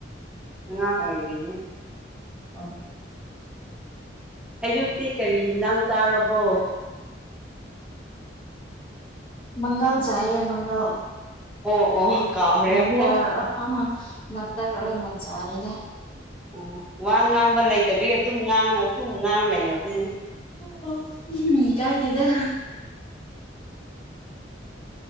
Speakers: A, in the centre; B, on the left.
A: ꯑ ꯑꯣꯏꯒꯦ
B: ꯑ
A: ꯑꯌꯨꯛꯇꯤ ꯀꯔꯤ ꯌꯦꯟꯁꯥꯡ ꯆꯥꯔꯕꯣ
B: ꯃꯪꯒꯜ ꯆꯏꯌꯦ ꯃꯪꯒꯜ
A: ꯑꯣ ꯑꯣ ꯀꯥꯎꯔꯦ
B: ꯃꯠꯇꯔ
A: ꯑꯃꯨꯛ
B: ꯃꯠꯇꯔ ꯑꯣꯏꯅ ꯆꯥꯔꯦꯗ
A: ꯎ ꯋꯥ ꯉꯥꯡꯕ ꯂꯩꯇꯕꯤꯒꯤ ꯑꯗꯨꯝ ꯉꯥꯡꯉ ꯑꯗꯨꯝ ꯉꯥꯡꯉ ꯂꯩꯔꯕꯅꯤꯅ
B: ꯑꯣ ꯎꯝ ꯀꯥꯏꯗꯦꯗ